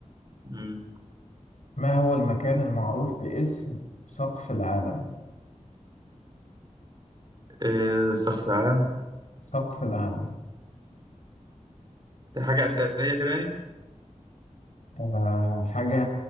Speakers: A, on the right; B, on the left.
A: امم
B: ما هو المكان المعروف باسم سقف العالم
A: إيه سقف العالم
B: سقف العالم
A: دي حاجة أثرية كده يعني؟
B: آه حاجة